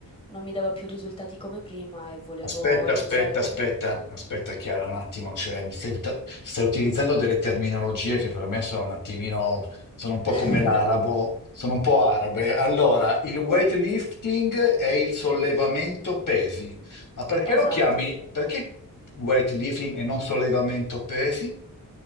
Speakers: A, on the left; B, on the left.
A: non mi dava più risultati come prima e volevo
B: Aspetta,
A: iniziare.
B: aspetta, aspetta, aspetta Chiara un attimo, cioè, mi stai, uta- stai utilizzando delle terminologie che per me sono un attimino, sono un po'
A: <laughs>
B: come l'arabo, sono un po' arabe. Allora, il weightlifting è il sollevamento pesi, ma perché lo
A: Esatto.
B: chiami, perché weightlifting e non sollevamento pesi?